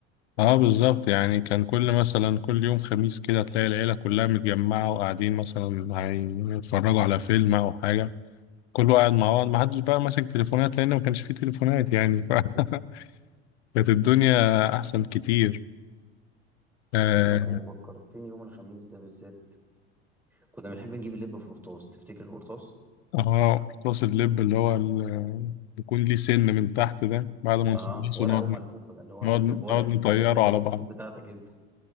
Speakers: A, on the left; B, in the centre.
A: اه بالظبط يعني كان كل مثلا كل يوم خميس كده تلاقي العيله كلها متجمعه وقاعدين مثلا هيتفرجوا على فيلم او حاجه كله قاعد مع بعض محدش بقى ماسك تليفونات لان ما كانش فيه تليفونات يعني ف- <laughs> كانت الدنيا احسن كتير اه
B: لا وفكرتني يوم الخميس ده بالذات كنا بنحب نجيب اللب في قرطاس تفتكر القرطاس
A: آه، قرطاس اللب اللي هو ال- يكون ليه سن من تحت ده بعد ما
B: اه
A: نخلصه
B: ورقه
A: نقعد
B: وملفوفه ده اللي هو
A: نقعد
B: اساسا
A: نقعد
B: بورقه
A: نطيره
B: المدرسه اللي
A: على
B: ممكن
A: بعض
B: تكون بتاعتك انت